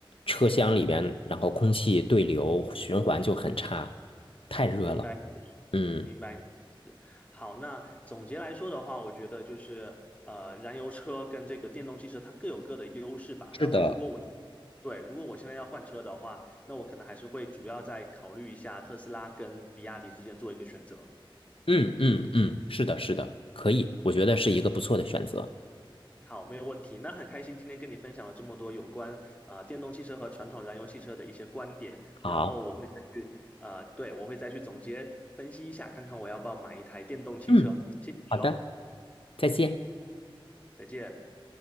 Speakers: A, on the left; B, on the left.
A: 车厢里边，然后空气对流循环就很差，太热了。
B: 明白
A: 嗯，
B: 明白。好，那总结来说的话，我觉得就是呃，燃油车跟这个电动汽车它各有各的优势吧。
A: 是的，
B: 然后，如果我对，如果我现在要换车的话，那我可能还是会主要再考虑一下特斯拉跟比亚迪之间做一个选择。
A: 嗯嗯嗯，是的，是的，可以，我觉得是一个不错的选择。
B: 好，没有问题。那很开心今天跟你分享了这么多有关呃电动汽车和传统燃油汽车的一些观点，
A: 好，
B: 然后我会再去呃，对，我会再去总结分析一下，看看我要不要买一台电动汽车。
A: 嗯，
B: 谢谢你喽，
A: 好的，再见。
B: 再见。